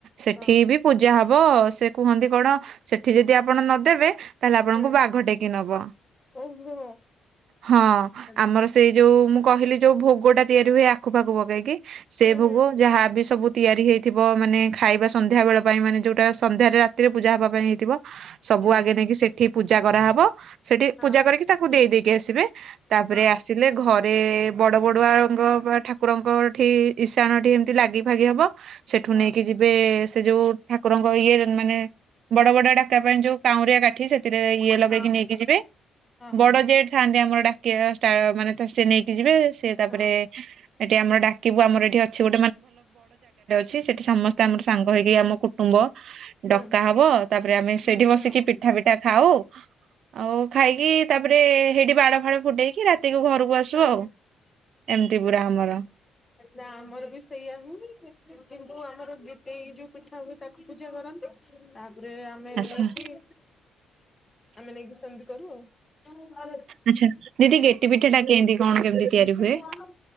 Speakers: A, on the right; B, on the left.
A: ସେଠି
B: ହଁ
A: ବି ପୂଜା ହବ। ସେ କୁହନ୍ତି କଣ ସେଠି ଯଦି ଆପଣ ନଦେବେ ତାହେଲେ ଆପଣଙ୍କୁ
B: ହୁଁ
A: ବାଘ ଟେକି ନବ।
B: ଓହୋ
A: ହଁ
B: ଆଚ୍ଛା
A: ଆମର ସେଇ ଯୋଉ ମୁଁ କହିଲି ଯୋଉ ଭୋଗ ଭୋଗଟା ତିଆରି ହୁଏ ଆଖୁ ପାଖୁ ପକେଇକି ସେ
B: ହୁଁ
A: ଭୋଗ
B: ହୁଁ ହୁଁ।
A: ଯାହାବୀ ସବୁ ତିଆରି ହୋଇଇଥିବ ମାନେ ଖାଇବା ସନ୍ଧ୍ୟାବେଳ ପାଇଁ ମାନେ ଯେଉଁଟା ସନ୍ଧ୍ୟାରେ ରାତିରେ ପୂଜା ହବା ପାଇଁ ହେଇଥିବ ସବୁ
B: ଆଜ୍ଞା
A: ଆଗେ ନେଇକି ସେଠି ପୂଜା କରାହେବ। ସେଠି
B: ହଁ
A: ପୂଜା କରିକି ତାକୁ ଦେଇ ଦେଇେଇକି ଆସିବେ ତାପରେ
B: ହଁ
A: ଆସିଲେ ଘରେ ବଡ ବଡୁଆଙ୍କ ବା ଠାକୁରଙ୍କଠି ଇଶାଣ ଠି ଏମିତି ଲାଗି ଫାଗି ହବ। ସେଠୁ
B: ହଁ
A: ନେଇକି ଯିବେ ସେ ଯୋଉ ଠାକୁରଙ୍କ ଇଏରେ ମାନେ‌ ବଡ ବଡ ଡାକା ପାଇଁ ଯୋଉ କାଉଁରିଆ କାଠି ସେ ଥିରେ ଇଏ ଲଗେଇକି
B: ହଁ
A: ନେଇକି ଯିବେ
B: ହଁ ହଁ
A: ବଡ ଜେଟ ଥାନ୍ତି ଆମର ଡା <unintelligible> ମାନେ ସେ ନେଇକି ଯିବେ ସେ ତାପରେ
B: ହଁ
A: ଏଠି ଆମର ଡାକିବୁ ଆମର ଏଠି ଅଛି ଗୋ ଛି ସେଠି ସମସ୍ତେ
B: ହଁ
A: ଆମର ସାଙ୍ଗ ହେଇକି ଆମ କୁଟୁମ୍ବ।
B: ହୁଁ
A: ଡକା ହବ ତାପରେ ଆମେ
B: ହୁଁ
A: ସେଇଠି ବସିକି
B: ହୁଁ
A: ପିଠା ପିଠା ଖାଉ। ଆଉ ଖାଇକି ତାପରେ ସେଠି ବାଡ ଫାଡ ଫୁଟେଇକି ରାତିକୁ ଘରକୁ ଘରକୁ ଆସୁ
B: ହୁଁ
A: ଆଉ ଏମିତି ପୁରା ଆମର।
B: ନା ଆମର ବି ସେଇଆ ହଉନି କିନ୍ତୁ ଆମର ଗୀଟେଇ ଯୋଉ ପିଠା ହୁଏ ତାକୁ ପୂଜା କର ନ୍ତି। ତାପରେ ଆମେ
A: ଆଚ୍ଛା
B: ନେଇକି ଆମେ ନେଇକି ସେମିତି କରୁ ଆଉ। <unintelligible>
A: ଆଚ୍ଛା ଦିଦି ଗେଟି ପିଠା ଟା କେମିତି କଣ କେମିତି ତିଆରି ହୁଏ?